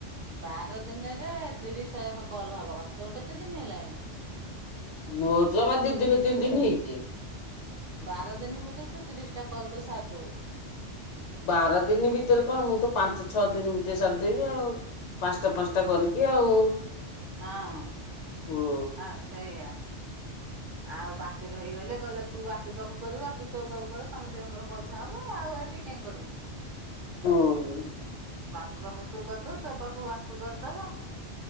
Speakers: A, on the right; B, on the left.
A: ବାର ଦିନରେ ତିରିଶ୍ ଟା ଯାକ କଲ୍ ହବା କଥା। ତୋର କେତେ ଦିନି ହେଲାଣି?
B: ମୋର ଜମା ଦିଦିନି ତିନି ଦିନି ହେଇଛି।
A: ବାର ଦିନି ଭିତରେ ତୁ ତିରିସ୍ ଟା କଲ୍ ତୁ ସାରି ଦଉ।
B: ବାର ଦିନ ଭିତରେ କଣ ମୁଁ ତ ପାଞ୍ଚ ଛଅ ଦିନି ଭିତରେ ସାରିଦେବି ଆଉ। ପାଞ୍ଚଟା ପାଞ୍ଚଟା କରିକି ଆଉ।
A: ହଁ
B: ହୁଁ
A: ହଁ ସେଇଆ। ଆଉ ବାକି ଦେଇଗଲେ ଗଲ ତୁ ବାପି ପାଖକୁ କରିବୁ। ବାପି ତୋ ପାଖକୁ କରୁ ତମେ ଦୁଅଙ୍କର ପଇସା ହବ। ଆଉ ଏଠି କାଇହିଁ କରିବୁ ତୁ।
B: ହୁଁ ହୁଁ।
A: ବାପୁ ପାଖକୁ ତୁ କରିଦବୁ। ତୋ ପାଖକୁ ବାପୁ କରିଦବ।